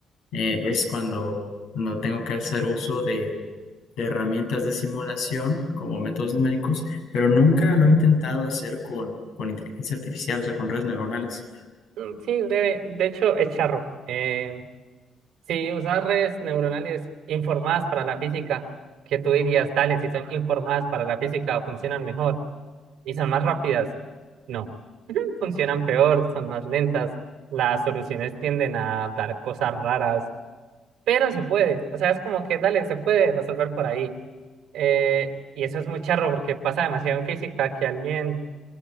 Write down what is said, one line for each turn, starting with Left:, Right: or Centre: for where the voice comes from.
Left: eh, es cuando, cuando tengo que hacer uso de, de herramientas de simulación como métodos numéricos, pero nunca lo he intentado hacer con, con inteligencia artificial, o sea, con redes neuronales.
Right: Mm, Sí, breve. De hecho, es charro. Eh, Si usas redes neuronales informadas para la física, que tú dirías, dale, si son informadas para la física, funcionan mejor y son más rápidas. No, <laughs> funcionan peor, son más lentas, las soluciones tienden a dar cosas raras, pero se puede. O sea, es como que, dale, se puede resolver por ahí. Eh, y eso es muy charro porque pasa demasiado en física que alguien